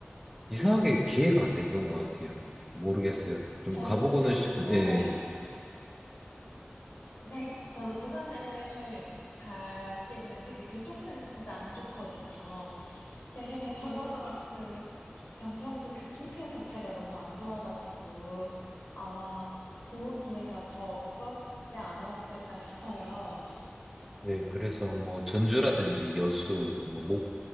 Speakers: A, in the centre; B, on the left (about 60°).
A: 이상하게 기회가 안 됐던 것 같아요. 모르겠어요. 좀
B: 저도
A: 가보고는 싶은,
B: 부산을,
A: 예.
B: 네, 저도 부산을 가게 되면 되게 교통편이 진짜 안 좋거든요. 제 생각에 전라도랑 그 경상도 교통편 자체가 너무 안 좋아가지고 아마 좋은 기회가 더 없었지 않았을까 싶어요.
A: 네, 그래서 뭐 전주라든지 여수, 뭐 목,